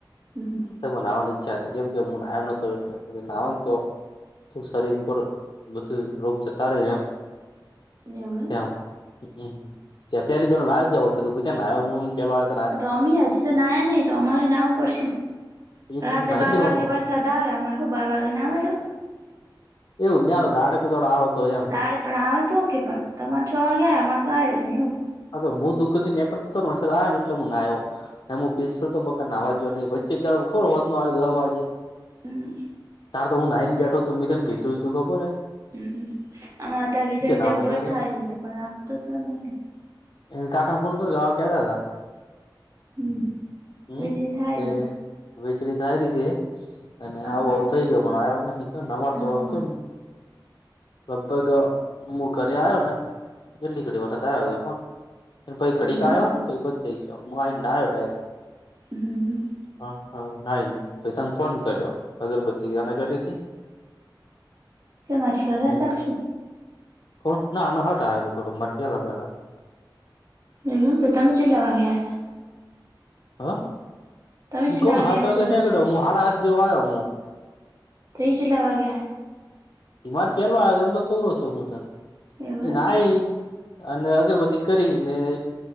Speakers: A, on the right; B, on the left.
A: હમ
B: નાહવાની ઈચ્છા હતી. કેમ કે હું નાહયો નોતો. એટલે કે નાવાને તો. તો શરીર પર બધું રોગ જતા રહે ને એમ.
A: એવું?
B: <unintelligible>
A: તો અમ હજી તો નાયા નહીિ. તો અમારે નાવું પડશે.
B: એક
A: રાતે
B: તો નાહી
A: બાર
B: લેવાનું
A: વાગે વરસાદ આવે. આમામાં શું બાર વાગે ના આવવાજો.
B: એવું ન્યા દાડે કુદાડો આવ હતો.
A: તાલે પણ આવે તો હોકી પણ. તમારે છ વાગ્યા આવ. અમારે તો આવ જ નહી હું.
B: હા! તો હું દુઃખ થી નીકળતો આ ને. એટલે હું ના આવ્યો હું પિસલ તો. પણ આવાજો નહી. વચ્ચે ખોરો હોત ન આવે દહ વાજે.
A: હમ!
B: તાર તો હું નાઈને બેઠ હતો. તો મેી તને ગીતોું તું ખબરે.
A: હમમ! આમાં ત વીજળી
B: નાવા
A: જબ્બર
B: ગયો
A: થાય
B: તો
A: રહી છે. પણ આપતું તો નહી
B: એ કાકાને ફોન કર કેતા હતા.
A: હમ
B: હમ!
A: વીજળી થાય
B: કે
A: રહી
B: વેચળ થાય રી છે. અને
A: હ એવું
B: આવું આવતું. થઈ ગયો. પણ આવ્યો નહી. અમારતોને
A: હોય
B: લગભગ હું ઘરે આવ્યો ને. કેલ્લીકડી વખત આવ્યો હતો ફન. પછ ઘડીકા
A: એવું એમ
B: આવયો ને. પછ બંધ થઈ ગયો. હું આવી ના આવ્યો ડાયરેક.
A: હમ!
B: હા! હ નાઈ પ તને ફોન કર્યો અગરબતી ગના કરીથી.
A: ચ માછ કર
B: હમ
A: તખશો <unintelligible>
B: કોણ ના આનો હટ આવ્યો હતો થોડુંક મર પેલા પેલા
A: એ તો તમે જી લવા ગયા હતા
B: હા
A: તમે
B: હ
A: કેટલા
B: કન હાથ
A: આયા
B: વાગે
A: દુકાન
B: નીકળ્યો હ હાડા હાથ જેવ આવ્યો મુ
A: તે જ લેવા ગયા હૈ.
B: બીમાર પિયાલો એમ તો કેવું હ છું. હું તને
A: એવું
B: એ નાઈ.
A: એમ
B: અને અગરબત્તી કરીને.